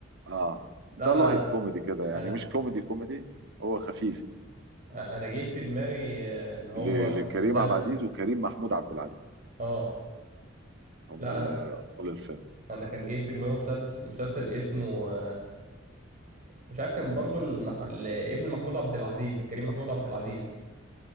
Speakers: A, on the right (about 65°); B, on the right (about 40°).
A: اه ده
B: لا انا
A: لايت كوميدي كده يعني
B: انا
A: مش كوميدي كوميدي هو خفيف
B: انا جه في دماغي آه، اللي هو
A: ل- لكريم
B: مسلسل
A: عبد العزيز وكريم محمود عبد العزيز
B: اه
A: هم
B: لا
A: ال-
B: انا
A: ابطال الفيلم
B: انا كان جه في دماغي مسلسل, مسلسل اسمه آه، مش عارف كان برضو المح... ابن محمود عبد العزيز كريم محمود عبد العزيز